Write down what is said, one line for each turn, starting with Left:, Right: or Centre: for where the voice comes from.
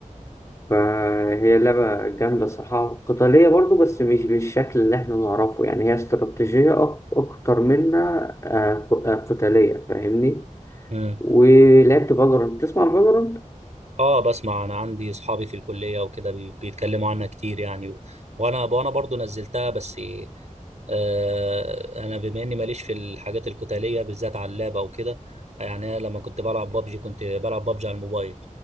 Left: فهي لعبة جامدة صراحة قتالية برضو بس مش بالشكل اللي احنا نعرفه يعني هي استراتيجية أك- أكتر منها آه، ق- آه، قتالية فاهمني
Right: مم.
Left: ولعبت فالورانت تسمع فالورانت؟
Right: اه بسمع انا عندي اصحابي في الكليه وكده بي- بيتكلموا عنها كتير يعني و- وانا وانا برضو نزلتها بس آه انا بما اني ماليش في الحاجات القتاليه بالذات على اللاب او كده يعني انا لما كنت بلعب بابجي كنت بلعب بابجي على الموبايل